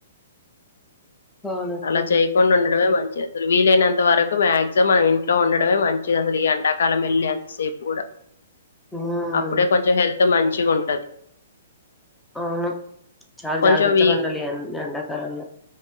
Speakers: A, in the centre; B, on the left (about 75°).
A: అవునక్క
B: అలా చేయకుండా ఉండడమే మ అసలు వీలైనంత వరకు మాక్సిమం మనం ఇంట్లో ఉండడమే మంచిది అసలు ఈ ఎండాకాలం వెళ్ళి సేఫు కూడా
A: ఉమ్
B: అప్పుడే కొంచెం హెల్త్ మంచిగా ఉంటది
A: అవును చాలా
B: కొంచెం
A: జాగ్రత్తగా
B: వీ
A: ఉండాలి అన్ని ఎండాకాలంలో